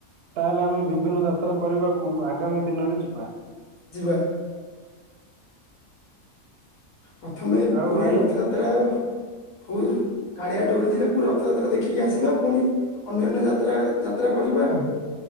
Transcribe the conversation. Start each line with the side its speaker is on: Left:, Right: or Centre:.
Right: ତାହାେଲେ ଆମେ ବିଭିନ୍ନ ଯାତ୍ରା କରିବାକୁ ଆଗାମୀ ଦିନରେ ଯିବା।
Left: ଯିବା। ପ୍ରଥମେ
Right: ଆଉ
Left: ପୁରୀ
Right: ଭାଇ
Left: ରଥଯାତ୍ରା ହଉ। କାଳିଆ ଡୋରିଥିଲେ ରଥଯାତ୍ରା ଦେଖିକି ଆସିବା ପୁଣି ଅନ୍ୟାନ୍ୟ ଯାତ୍ରା ଯାତ୍ରା କରିବା ଆଉ।